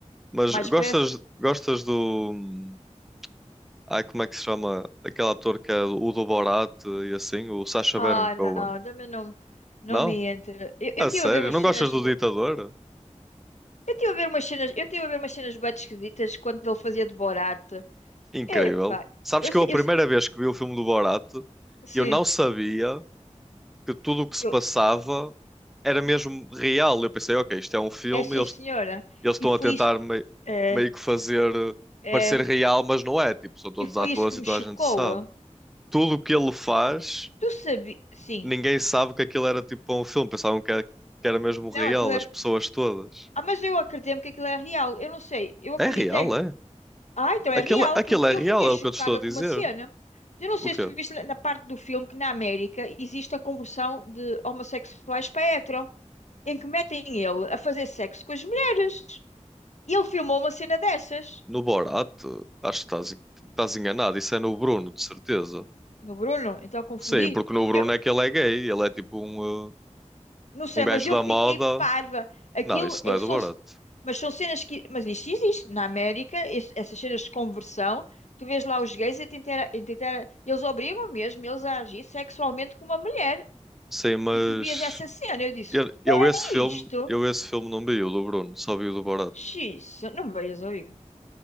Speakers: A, in the centre; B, on the left.
A: Mas
B: Mais
A: gostas,
B: pressa.
A: gostas do. hum, Ai, como é que se chama? Aquele ator que é o do Borat e assim, o Sacha
B: Ah,
A: Baron Cohen.
B: não, também não, não
A: Não?
B: me entra. Eu, eu
A: A
B: tive
A: sério?
B: a ver umas
A: Não
B: cenas.
A: gostas do
B: bo-
A: Ditador?
B: Eu tive a ver umas cenas. Eu tive a ver umas cenas bué esquisitas quando ele fazia de Borat.
A: Incrível.
B: Epá,
A: Sabes
B: eu
A: que
B: sei,
A: eu a primeira
B: eu sei.
A: vez que vi o filme do Borat,
B: Sim,
A: eu não sabia que tudo o que
B: que
A: se passava
B: eu,
A: era mesmo real. Eu pensei, ok, isto é um filme,
B: é sim,
A: eles,
B: senhora.
A: eles estão
B: E foi
A: a tentar
B: isso.
A: mei-
B: É,
A: meio que fazer eh,
B: é.
A: parecer real, mas não é. Tipo, são todos
B: E foi
A: atores
B: isso que me
A: e toda
B: chocou.
A: a gente sabe.
B: ah.
A: Tudo o que ele faz
B: Tu sabias. Sim.
A: ninguém sabe que aquilo era tipo um filme, pensavam que era, que era mesmo real,
B: Não, aquilo era.
A: as pessoas todas.
B: Ah, mas eu acreditei-me que aquilo é real. Eu não sei. Eu acreditei
A: É real, é?
B: Ah, então é
A: Aquilo,
B: real,
A: aquilo
B: porque
A: é
B: eu
A: real,
B: fiquei
A: é
B: chocada
A: o que eu te estou a dizer.
B: com uma cena. Eu não sei
A: O quê?
B: se tu viste na na parte do filme que na América existe a conversão de homossexuais para hetero, em que metem ele a fazer sexo com as mulheres. E ele filmou uma cena dessas
A: No Borat? Acho que estás, estás enganado, isso é no Bruno, de certeza.
B: no Bruno, então eu confundi.
A: Sim, porque no Bruno
B: Eu
A: é que ele é gay, ele é tipo um, uh,
B: não sei,
A: um gajo
B: mas eu
A: da
B: fiquei
A: moda.
B: parva. Aquilo
A: Não, isso
B: é,
A: não é
B: são,
A: do Borat.
B: mas são cenas que, mas isto existe na América, es- essas cenas de conversão. Tu vês lá os gays a tentar, a tentar, eles obrigam mesmo eles a agir sexualmente com uma mulher.
A: Sim, mas
B: E tu vias essa cena, eu disse,
A: eu, eu esse
B: que
A: filme,
B: é isto?
A: eu esse filme não vi o do Bruno, só vi o do Borat.
B: Xiça, não veias amigo.